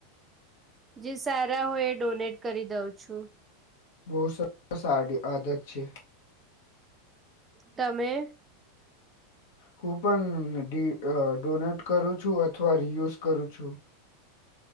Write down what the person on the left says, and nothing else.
બહુ સ સાારી આદત છે.
હું પણ ડોનેટ કરું છું અથવા રિયુઝ કરું છું.